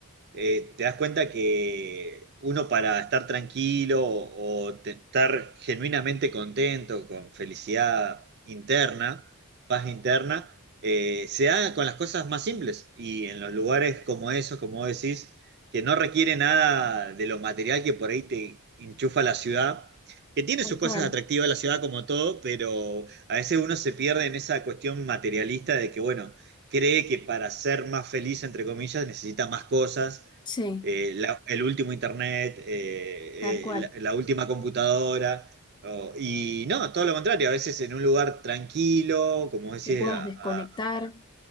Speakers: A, on the right; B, on the left.
A: eh, te das cuenta que uno para estar tranquilo o te- estar genuinamente contento, con felicidad interna, paz interna, eh, se haga con las cosas más simples y en los lugares como esos, como vos decís, que no requiere nada de lo material que por ahí te enchufa la ciudad. que tiene
B: Tal
A: sus
B: cual.
A: cosas atractivas la ciudad como todo, pero a veces uno se pierde en esa cuestión materialista de que, bueno, cree que para ser más feliz, entre comillas, necesita más cosas.
B: Sí,
A: eh, la- el último internet, eh,
B: tal cual.
A: eh, la, la última computadora. o- y no, todo lo contrario, a veces en un lugar tranquilo, como decía,
B: Que puedas desconectar.
A: a- a-